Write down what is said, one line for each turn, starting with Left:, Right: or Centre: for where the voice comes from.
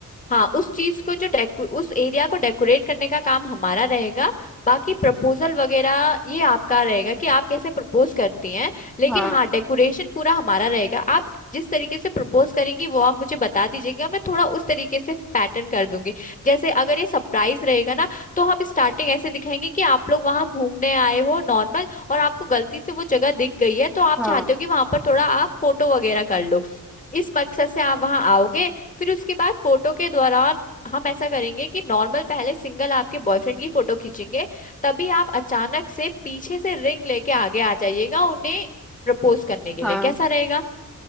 Left: हाँ उस चीज को जो डेको उस एरिया को डेकोरेट करने का काम हमारा रहेगा बाकी प्रपोजल वगैरह ये आपका रहेगा कि आप कैसे प्रपोज करती हैं लेकिन
Centre: हाँ
Left: हाँ डेकोरेशन पूरा हमारा रहेगा आप जिस तरीके से प्रपोज करेंगी वो आप मुझे बता दीजिएगा मैं थोड़ा उस तरीके से पैटर्न कर दूंगी जैसे अगर ये सरप्राइज रहेगा ना तो हम स्टार्टिंग ऐसे दिखाएंगे कि आप लोग वहां घूमने आए हो नॉर्मल और आपको गलती से वो जगह दिख गई है तो आप
Centre: हाँ
Left: चाहते हो कि वहां पर थोड़ा आप फोटो वगैरह कर लो इस मकसद से आप वहां आओगे फिर उसके बाद फोटो के दौरान हम ऐसा करेंगे कि नॉर्मल पहले सिंगल आपके बॉयफ्रेंड की फोटो खींचेंगे तभी आप अचानक से पीछे से रिंग लेके आगे आ जाइएगा उन्हें प्रपोज करने के
Centre: हाँ
Left: लिए कैसा रहेगा